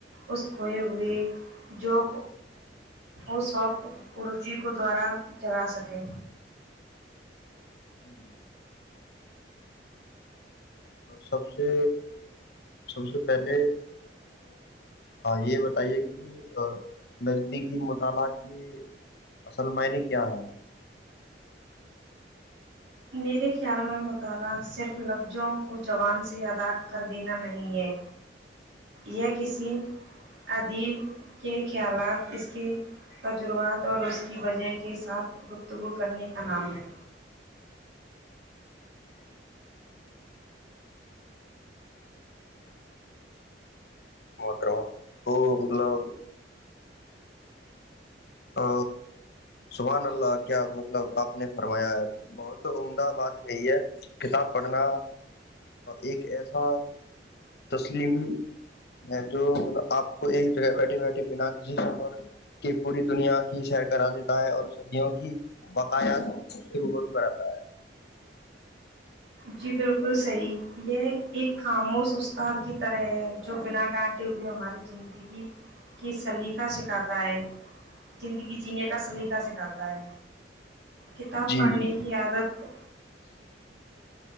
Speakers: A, on the right (about 75°); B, on the left (about 60°).
A: اس کھوئے ہوئے جو اسوق اوچی کو دوارا جگا سکیں
B: جی جی سب سے سب سے پہلے یہ بتائیے کہ نزدیکی مطالعہ کے اصل معنی کیا ہے
A: میرے خیال میں مطالعہ صرف لفظوں کو جوان سے ادا کر دینا نہیں ہے یہ کسی ادیب کے خیالات اس کے تجربات اور اس کی وجہ کے ساتھ گفتگو کرنے کا نام ہے
B: کر تو مطلب ا سبحان اللہ کیا مطلب آپ نے فرمایا ہے بہت عمدہ بات کہی ہے کتاب پڑھنا ایک ایسا تسلیم ہے جو مطلب آپ کو ایک جگہ بیٹھے بیٹھے بنا کسی سفر کے پوری دنیا کی سیر کرا دیتا ہے اور صدیوں کی باقایات سے روبرو کراتا ہے
A: جی بالکل صحیح یہ ایک خاموش استاد کی طرح ہے جو بنا ڈانٹے ہوئے ہماری زندگی کے سلیقہ سکھاتا ہے زندگی جینے کا سلیقہ سکھاتا ہے کتاب
B: جی
A: پڑھنے
B: جی
A: کی عادت